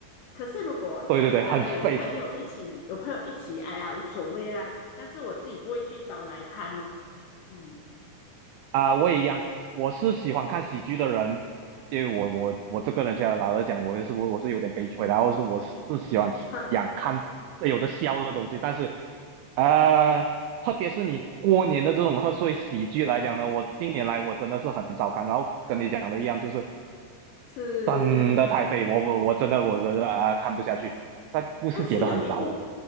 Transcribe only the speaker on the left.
可是如果讲真的，
有朋友一起，有朋友一起，哎呀，无所谓啦。但是我自己不会去找来看哦，嗯，
<laughs>
是。
但是有一部